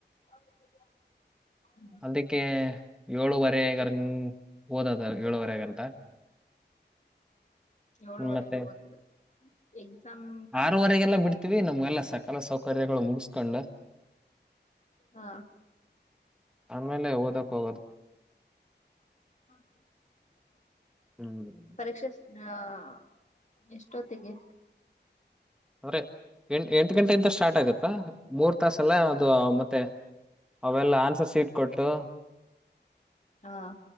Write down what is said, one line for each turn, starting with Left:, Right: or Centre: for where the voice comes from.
Left: <unintelligible>
Centre: ಅದಕ್ಕೆ <unintelligible> ಓದದ ಏಳುವರೆಗಂತ.
Left: ಏಳುವರೆಗೆ
Centre: ಮತ್ತೆ
Left: <unintelligible> ಎಕ್ಸಾಮ್.
Centre: ಆರು ವರೆಗೆಲ್ಲ ಬಿಡ್ತೀವಿ ನಮ್ಗೆಲ್ಲ ಸಕಲ ಸೌಕರ್ಯಗಳು ಮುಗಿಸ್ಕೊಂಡು.
Left: ಹ
Centre: ಆಮೇಲೆ ಓದಕ್ ಹೋಗೋದ್.
Left: <inaudible>
Centre: <inaudible>
Left: ಪರೀಕ್ಷೆ <unintelligible> ಎಸ್ಟೋತ್ತಿಗೆ.
Centre: ಅವ್ರೆ ಎಂಟ್ ಎಂಟು ಗಂಟೆಯಿಂದ ಸ್ಟಾರ್ಟ್ ಆಗು ತ್ತ ಮೂರ್ ತಾಸ ಎಲ್ಲ ಅದು ಮತ್ತೆ. ಅವೆಲ್ಲ ಆನ್ಸರ್ ಸೀಟ್ ಕೊಟ್ಟು
Left: ಹಾ,